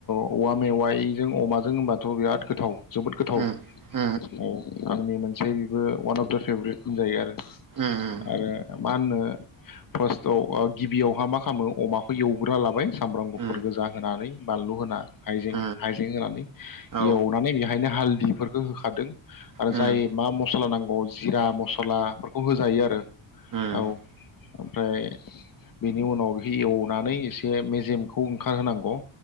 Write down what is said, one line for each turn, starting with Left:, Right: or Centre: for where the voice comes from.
Left: औवा मेवाइजों अमाजों होनबाथ' बिराद गोथाव जोबोद गोथाव
Right: उम उम
Left: औ आंनि बेबो अवान अफ दा फेभरेट होनजायो आरो
Right: उम
Left: आरो मा होननो <unintelligible> औ ओ गिबियावहा मा खालामो अमाखौ एवग्रोना लाबाय - सामब्राम गुफुर
Right: उम
Left: गोजा होनानै बानलु होना हाइजें
Right: उम
Left: हाइजें होनानै
Right: औ
Left: एवनानै बेहायनो हालददि फोरखो होखादों आरो
Right: उम
Left: जाय मा मस्ला नांगौ जिरा मसलाफोरखौ होजायो आरो
Right: उम
Left: औ
Right: उम
Left: ओमफ्राय बेनि उनाव बेखौ एवनानै एसे से मेजेमखौ ओंखार होनांगौ